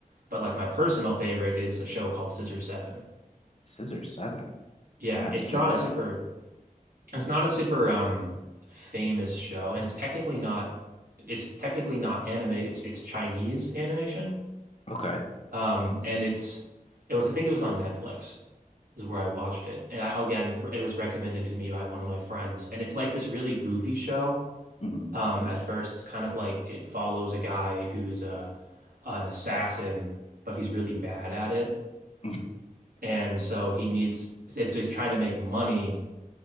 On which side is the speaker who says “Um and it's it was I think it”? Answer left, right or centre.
Right